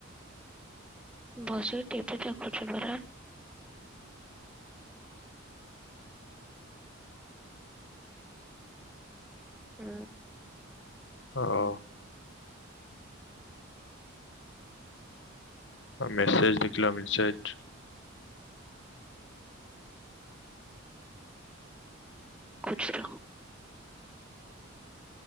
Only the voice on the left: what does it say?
ହଁ
ମେସେଜ୍ ଦେଖିଲ ମେସେଜ୍।